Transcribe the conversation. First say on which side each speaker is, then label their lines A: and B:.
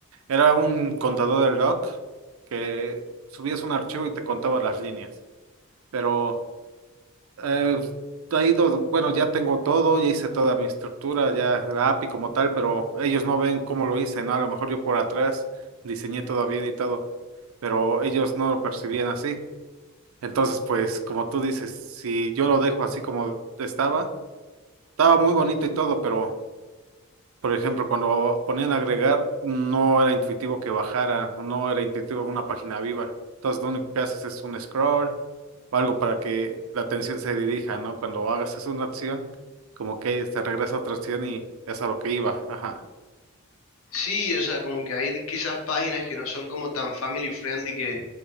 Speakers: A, on the right; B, on the left.
A: Era un contador de log que subías un archivo y te contaba las líneas, pero Eh, ha ido, bueno, ya tengo todo, ya hice toda mi estructura, ya la API como tal, pero ellos no ven cómo lo hice, ¿no? A lo mejor yo por atrás diseñé todo bien y todo, pero ellos no lo percibían así. Entonces, pues, como tú dices, si yo lo dejo así como estaba, estaba muy bonito y todo, pero por ejemplo, cuando ponían agregar, no era intuitivo que bajara, no era intuitivo una página viva. Entonces, lo único que haces es un scroll o algo para que la atención se dirija, ¿no? Cuando hagas es una acción, como que se regresa a otra acción y es a lo que iba. Ajá.
B: Sí, o sea, como que hay quizás páginas que no son como tan family friendly que